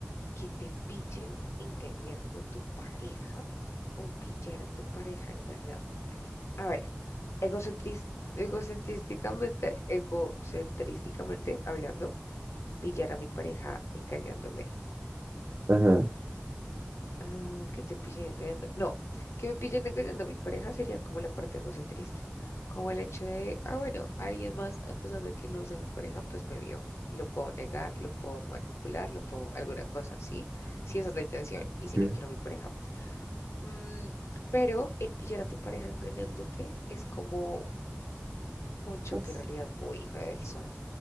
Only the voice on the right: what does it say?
Ajá,
ok.
Ups.